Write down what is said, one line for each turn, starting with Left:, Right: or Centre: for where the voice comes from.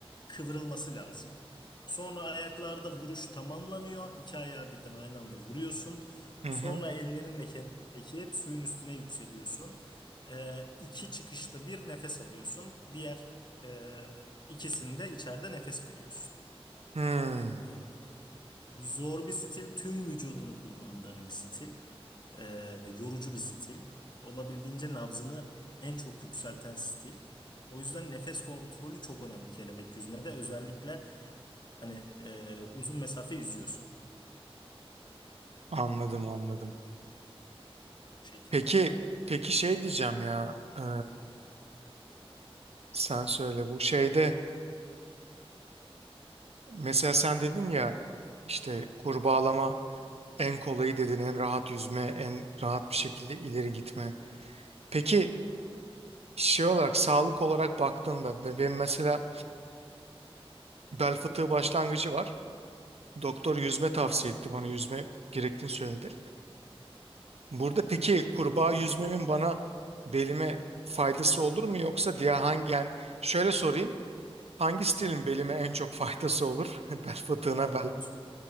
Left: kıvrılması lazım. Sonra ayaklarda vuruş tamamlanıyor. İki ayağı birden aynı anda vuruyorsun.
Right: Hı
Left: Sonra
Right: hı.
Left: ellerinle kendini çekip suyun üstüne yükseliyorsun. E, iki çıkışta bir nefes alıyorsun. Diğer e, ikisinde içeride nefes veriyorsun.
Right: Hmm,
Left: E, Zor bir stil, tüm vücudunu kullandığım bir stil, Ee, yorucu bir stil, olabildiğince nabzını en çok yükselten stil. O yüzden nefes kontrolü çok önemli kelebek yüzmede, özellikle hani e, uzun mesafe yüzüyorsan bu
Right: anladım anladım.
Left: şekilde.
Right: Peki peki şey diyeceğim ya e, sen söyle bu şeyde mesela sen dedin ya işte kurbağalama en kolayı dedin en rahat yüzme en rahat bir şekilde ileri gitme. Peki şey olarak sağlık olarak baktığında be- benim mesela bel fıtığı başlangıcı var. Doktor yüzme tavsiye etti bana yüzme gerektiğini söyledi. Burada peki kurbağa yüzmemin bana belime faydası olur mu yoksa diğer hangi yani şöyle sorayım. Hangi stilin belime en çok faydası olur? <laughs> Bel fıtığına
Left: Harika
Right: bel.
Left: bir soru.